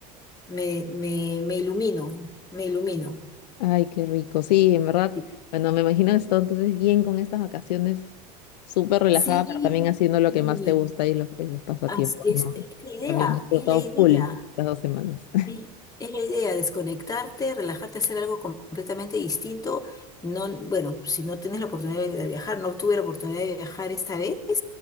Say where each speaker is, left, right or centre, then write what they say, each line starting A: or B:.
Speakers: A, on the left; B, on the left.
A: Me, me, me ilumino, me ilumino.
B: Ay, qué rico. Sí, en verdad.
A: Sí,
B: Bueno, me imagino que has estado entonces bien con estas vacaciones, súper relajada,
A: Sí,
B: pero también haciendo lo
A: y
B: que más te gusta y los, y los pasatiempos,
A: as- es,
B: ¿no?
A: es la
B: También
A: idea,
B: he disfrutado
A: es la idea.
B: full estas dos semanas. <laughs>
A: Es, es la idea, desconectarte, relajarte, hacer algo completamente distinto. No, bueno, si no tienes la oportunidad de viajar, no tuve la oportunidad de viajar esta vez,